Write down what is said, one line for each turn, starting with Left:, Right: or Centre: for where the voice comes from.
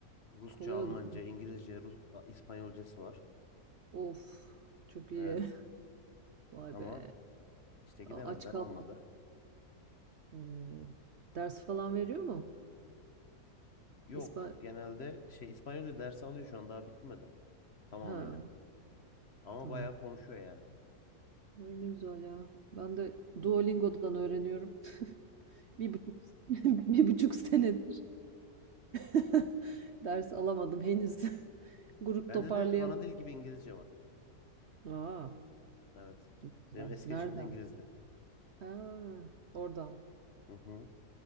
Left: Rusça,
Right: Kolay
Left: Almanca,
Right: olur.
Left: İngilizce, Rus, A- İspanyolcası var.
Right: Of çok iyi.
Left: Evet
Right: <laughs> Vay
Left: ama
Right: be.
Left: işte gidemediler
Right: A- Aç kal.
Left: olmadı.
Right: Hımm. Ders falan veriyor mu?
Left: Yok
Right: İspan
Left: genelde şey İspanyolca dersi alıyor şu an daha bitirmedi tamamıyla.
Right: Ha,
Left: Ama
Right: tamam.
Left: bayağı konuşuyor yani.
Right: Ay, ne güzel ya. Ben de Duolingo'dan öğreniyorum. <laughs> bir buçuk <laughs> bir buçuk senedir <laughs> ders alamadım henüz. <laughs> Grup
Left: Bende
Right: toparlayamadım.
Left: de ana dil gibi İngilizce var.
Right: A!
Left: Evet.
Right: Güzel.
Left: Benim eski
Right: Nereden?
Left: eşim de İngilizdi.
Right: Ha, oradan.
Left: Hı hı.